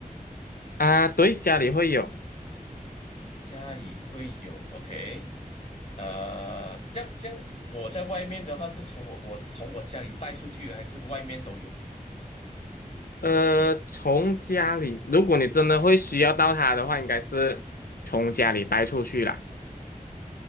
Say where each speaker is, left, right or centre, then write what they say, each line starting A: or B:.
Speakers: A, on the left; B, on the left.
A: 啊。对，家里会有，
B: 家里会有，OK，呃，这样这样，我在外面的话是从我我从我家里带出去，还是外面都有？
A: 呃，从家里，如果你真的会需要到它的话，应该是从家里带出去啦。